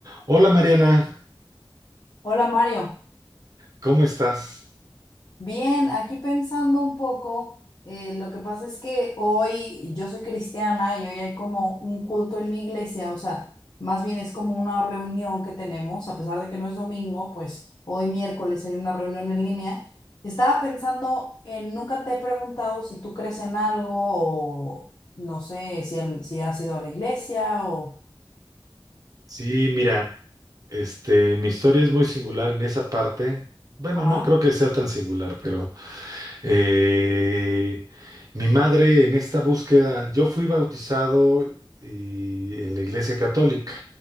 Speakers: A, on the right (about 45°); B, on the left (about 45°).
A: Hola Mariana,
B: Hola Mario,
A: ¿cómo estás?
B: bien, aquí pensando un poco, eh, lo que pasa es que hoy yo soy cristiana y hoy hay como un culto en mi iglesia, o sea, más bien es como una reunión que tenemos, a pesar de que no es domingo, pues hoy miércoles hay una reunión en línea. Estaba pensando en, nunca te he preguntado si tú crees en algo o no sé si, al- si has ido a la iglesia o...
A: Sí, mira, este, mi historia es muy singular en esa parte. Bueno,
B: Ajá,
A: no creo que sea tan singular, pero eh, mi madre en esta búsqueda, yo fui bautizado y- en la iglesia católica